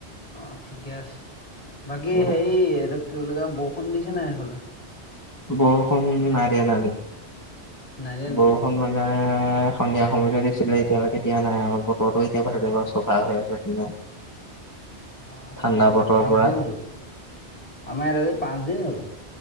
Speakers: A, on the left (about 30°); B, on the left (about 15°).
A: অ ঠিকে আছে। বাকী
B: অ
A: হেৰি এইটো কি বুলি কয় বৰষুণ দিছে নাই এইফালে।
B: বৰষুণ নাই দিয়া নাই দিয়া,
A: নাই দিয়া নি
B: বৰষুণ মানে সন্ধিয়া সময়তে দিছিলে এতিয়ালেকে দিয়া নাই আৰু বতৰতো এতিয়া ভাল বাও চফা হৈ আছে। <inaudible>
A: অ' আমাৰ
B: ঠাণ্ডা
A: আজি
B: বতৰ
A: ইয়াত পাঁচ
B: পুৰা
A: দিন হল, আমাৰ ইয়াত আজি পাঁচ দিন হ'ল।